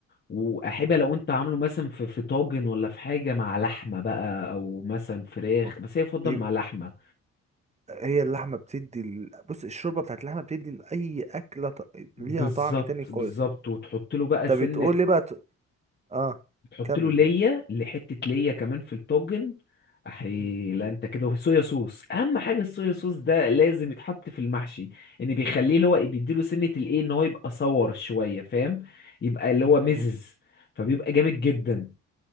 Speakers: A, on the left (about 35°); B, on the right (about 20°).
A: وأحبة
B: مم.
A: لو أنت عامله مثلا في في طاجن ولا في حاجة مع لحمة بقى أو مثلا فراخ
B: أوف.
A: بس هي يفضل
B: دي
A: مع لحمة
B: هي اللحمه بتدي ال... بص الشوربه بتاعت اللحمه بتدي لاي اكله ط...
A: بالظبط
B: ليها طعم تاني خالص
A: بالظبط وتحط له بقى
B: طب
A: سنة
B: بتقول لي بقى ت... اه
A: تحط
B: كمل
A: له ليا
B: كمل
A: لحتة ليا كمان في الطاجن أحي
B: مم.
A: لا أنت كده صويا صوص أهم حاجة الصويا صوص ده لازم يتحط في المحشي إن بيخليه اللي هو إيه، بيديله سنة الإيه إن هو يبقى صور شوية فاهم يبقى اللي هو
B: مم.
A: مزز فبيبقى جامد جدا